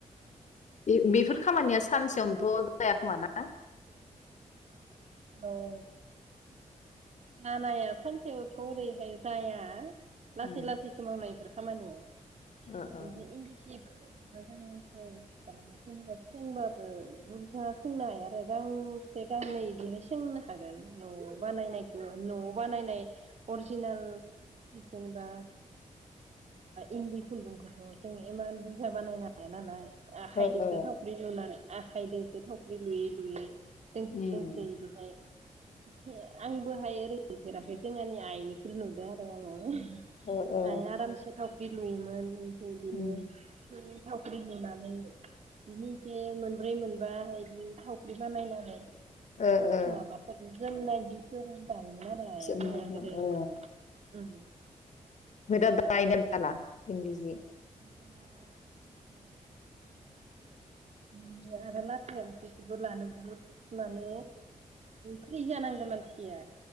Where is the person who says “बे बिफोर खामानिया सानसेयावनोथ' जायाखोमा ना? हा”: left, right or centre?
Left